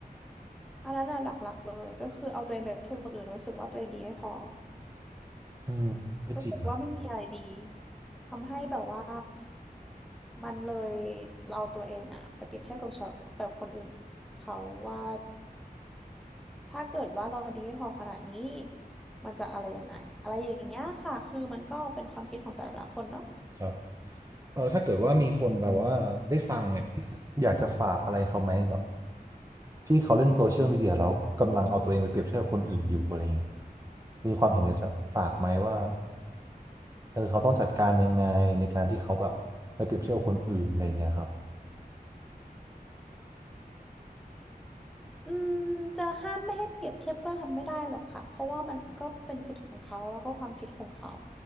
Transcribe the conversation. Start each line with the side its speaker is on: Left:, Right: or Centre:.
Centre: อันนั้นน่ะหลักๆเลยก็คือเอาตัวเองไปเปรียบเทียบกับคนอื่นแล้วรู้สึกว่าตัวเองดีไม่พอ
Right: อืมก็จริงนะ
Centre: รู้สึกว่าไม่มีอะไรดีทำให้แบบว่ามันเลยเราตัวเองอะไปเปรียบเทียบกับชาวแบบคนอื่นเขาว่าถ้าเกิดว่าเราดีไม่พอขนาดนี้มันจะอะไรยังไงอะไรอย่างเงี้ยค่ะคือมันก็เป็นความคิดของแต่ละคนเนาะ
Right: ครับเออถ้าเกิดว่ามีคนแบบว่าได้ฟังเนี่ยอยากจะฝากอะไรเขาไหมแบบที่เขาเล่นโซเชียลมีเดียแล้วกำลังเอาตัวเองไปเปรียบเทียบกับคนอื่นอยู่อะไรเงี้ยมีความเห็นอยากจะฝากไหมว่าเออเขาต้องจัดการยังไงในการที่เขาแบบไปเปรียบเทียบกับคนอื่นอะไรเงี้ยครับ
Centre: อืมจะห้ามไม่ให้เปรียบเทียบก็ทำไม่ได้หรอกค่ะเพราะว่ามันก็เป็นสิทธิ์ของเขาแล้วก็ความคิดของเขา